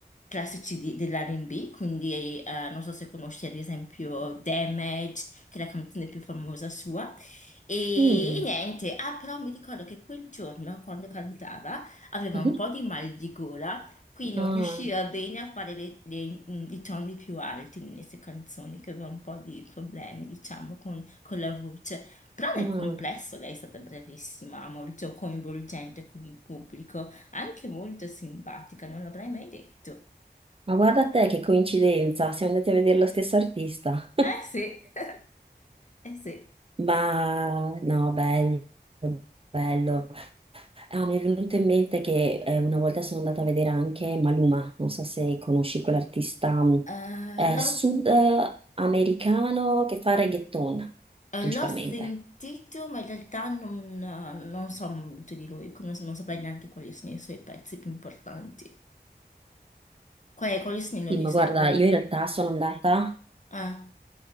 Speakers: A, on the left; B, on the right.
A: classici di- dell'R&B, quindi eh, non so se conosci ad esempio Damage, che è la canzone più famosa sua, e,
B: mm,
A: e niente, ah però mi ricordo che quel giorno quando cantava aveva
B: mhm.
A: un po' di mal di gola Qui non
B: Ah,
A: riusciva bene a fare le- le- mm, i toni più alti nelle sue canzoni, che aveva un po' di problemi, diciamo, con, con la voce. Però nel
B: ah.
A: complesso lei è stata bravissima, molto coinvolgente con il pubblico, anche molto simpatica, non l'avrei mai detto.
B: Ma guarda te che coincidenza, siamo andati a vedere lo stesso artista. <laughs>
A: Eh sì, <laughs> eh sì.
B: Ma no, bello, bello. Ah, mi è venuto in mente che eh, una volta sono andata a vedere anche Maluma, non so se conosci quell'artista mh,
A: Eh,
B: eh,
A: l'ho
B: sudamericano che fa reggaeton
A: eh,
B: principalmente.
A: l'ho sentito, ma in realtà non, eh, non so molto di lui, non, non saprei neanche quali sono i suoi pezzi più importanti. Quali, quali sono i loro-
B: Sì, ma
A: i suoi-
B: guarda,
A: i loro-
B: io in realtà sono andata
A: Ah.